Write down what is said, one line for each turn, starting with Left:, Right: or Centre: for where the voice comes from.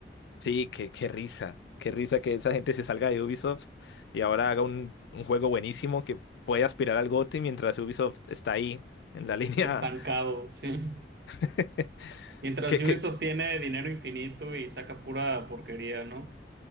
Left: Sí, qué, qué risa. Qué risa que esa gente se salga de Ubisoft y ahora haga un, un juego buenísimo que puede aspirar al GOTY mientras Ubisoft está ahí, en la línea...
Right: estancado, sí.
Left: <laughs>
Right: Mientras
Left: ¿Qué,
Right: Ubisoft
Left: qué,
Right: tiene dinero infinito y saca pura porquería, ¿no?